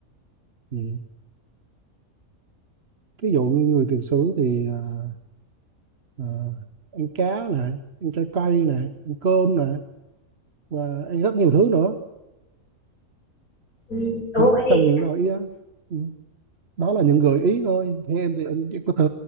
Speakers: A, on the right; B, on the left.
A: Ừ. Ví dụ như người tiền sử thì ờ, ờ, ăn cá này, ăn trái cây này, ăn cơm này và ăn rất nhiều thứ nữa
B: ừ, ủa
A: đó
B: vậy thì
A: trong những gợi ý đó Ừ, đó là những gợi ý thôi thế em thì em chỉ có thể